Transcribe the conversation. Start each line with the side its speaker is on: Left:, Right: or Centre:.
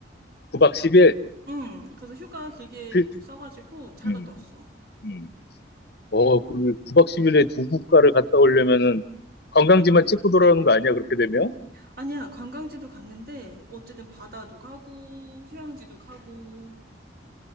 Left: 9박 10일?
Right: 응, 그래서 휴가 길게
Left: 그,
Right: 써가지고 잘
Left: 음,
Right: 갔다 왔어.
Left: 음. 어, 그 9박 10일에 두 국가를 갔다 오려면은 관광지만 찍고 돌아오는 거 아니야? 그렇게 되면?
Right: 아니야, 관광지도 갔는데, 어쨌든 바다도 가고, 휴양지도 가고,